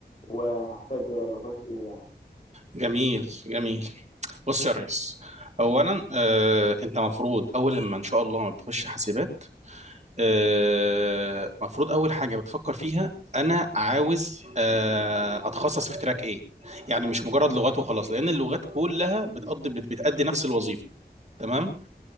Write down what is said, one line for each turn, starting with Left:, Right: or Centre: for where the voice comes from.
Left: وهحتاج لغات ايه يعني
Right: جميل جميل. بص يا ريس أولا أه... أنت مفروض أول ما إن شاء الله ما بتخش حاسبات أه... مفروض أول حاجة بتفكر فيها أنا عاوز أه... أتخصص في تراك إيه؟ يعني مش مجرد لغات وخلاص لأن اللغات كلها بتقضي بت... بتأدي نفس الوظيفة. تمام